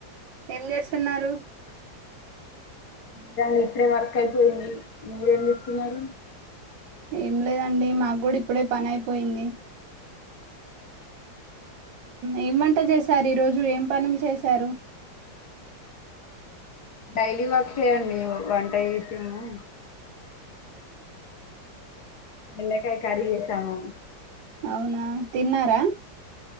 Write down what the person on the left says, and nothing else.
నాది ఇప్పుడే వర్క్ అయిపోయింది మీరేం జేత్తున్నారు
డైలీ వర్క్ చేయండి ఒక గంట చేసాము బెండకాయ కర్రి చేసాము